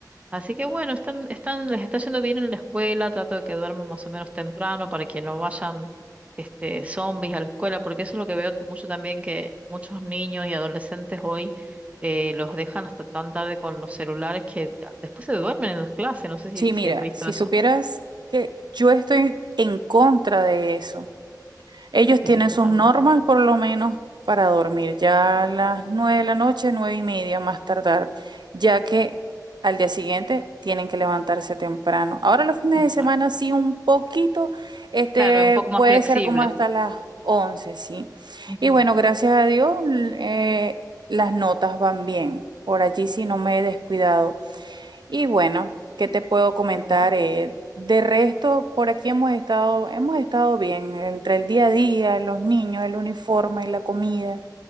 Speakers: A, on the right; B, on the right.
A: Así que bueno, están, están, les está yendo bien en la escuela, trato de que duerman más o menos temprano para que no vayan este, zombies a la escuela, porque eso es lo que veo mucho también, que muchos niños y adolescentes hoy eh, los dejan hasta tan tarde con los celulares que después se duermen en las clases, no sé si,
B: Sí,
A: si
B: mira,
A: has visto
B: si
A: eso.
B: supieras que yo estoy en contra de eso. Ellos
A: Sí,
B: tienen
A: totalmente.
B: sus normas, por lo menos, para dormir ya a las nueve de la noche, nueve y media más tardar, ya que al día siguiente tienen que levantarse temprano. Ahora los fines
A: Exacto.
B: de semana sí un poquito, este
A: Claro, es un poco más
B: puede
A: flexible.
B: ser como hasta las once, sí.
A: Ujú,
B: Y bueno, gracias a Dios, l- eh, las notas van bien. Por allí sí no me he descuidado. Y bueno, ¿qué te puedo comentar?
A: Qué bueno.
B: Eh, de resto, por aquí hemos estado, hemos estado bien, entre el día a día, los niños, el uniforme, la comida,